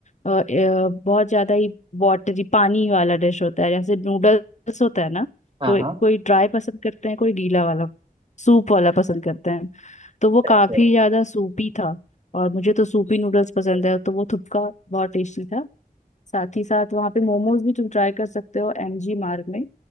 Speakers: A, on the left (about 50°); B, on the right (about 35°).
A: अ, अ, बहुत ज्यादा ही वाटरी पानी वाला डिश होता है जैसे नूडल्स होता है ना
B: हाँ
A: तो
B: हाँ
A: कोई ड्राई पसंद करते हैं कोई गीला वाला सूप वाला पसंद करते हैं तो वो काफी
B: अच्छा
A: ज्यादा सूपी था और मुझे तो सूपी नूडल्स पसंद है तो वो थुपका बहुत टेस्टी था साथ ही साथ वहाँ पे मोमोज भी तुम ट्राई कर सकते हो एमजी मार्ग में